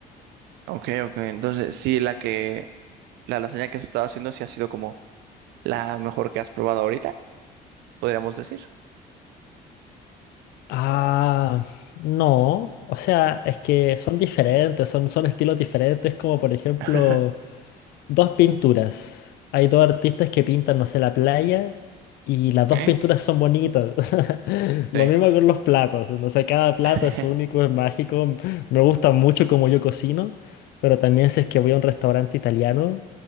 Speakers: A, on the right; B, on the left.
A: ok, ok. Entonces, sí, la que, la lasaña que has estado haciendo sí ha sido como la mejor que has probado ahorita, podríamos decir.
B: Ah, no, o sea, es que son diferentes, son, son estilos diferentes, como por ejemplo...
A: <laughs>
B: dos pinturas. Hay dos artistas que pintan, no sé, la playa y las dos
A: ¿Eh?
B: pinturas son bonitas. <laughs> Lo
A: Sí.
B: mismo con los platos. No sé, cada plato
A: <laughs>
B: es único, es mágico. Me gusta mucho como yo cocino, pero también si es que voy a un restaurante italiano,